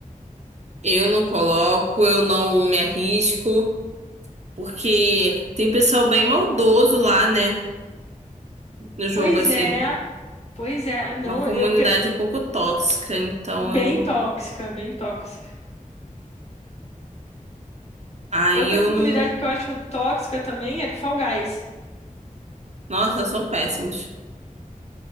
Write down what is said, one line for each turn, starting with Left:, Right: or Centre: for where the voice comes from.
Right: Eu não coloco, eu não me arrisco, porque tem pessoal bem maldoso lá, né? No jogo,
Left: Pois
Right: assim.
Left: é. Pois é, não,
Right: uma comunidade
Left: eu pe-
Right: um pouco tóxica, então
Left: bem
Right: eu.
Left: tóxica, bem tóxica.
Right: Aí
Left: Outra
Right: eu
Left: comunidade
Right: não.
Left: que eu acho tóxica também é do Fall Guys.
Right: Nossa, são péssimos.